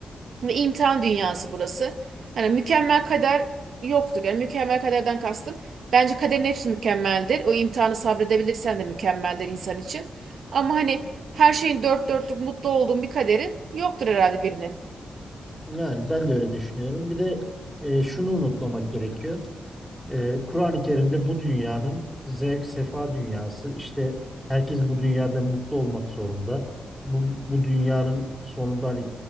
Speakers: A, on the right; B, in the centre.
A: ve imtihan dünyası burası. Hani mükemmel kader yoktur. Yani mükemmel kaderden kastım. Bence kaderin hepsi mükemmeldir. O imtihanı sabredebilirsen de mükemmeldir insan için. Ama hani her şeyin dört dörtlük mutlu olduğun bir kaderi yoktur herhalde birinin.
B: Yani ben de öyle düşünüyorum. Bir de e, şunu unutmamak gerekiyor. E, Kur'an-ı Kerim'de bu dünyanın zevk sefa dünyası. İşte herkes bu dünyada mutlu olmak zorunda. Bu, bu dünyanın sonunda hani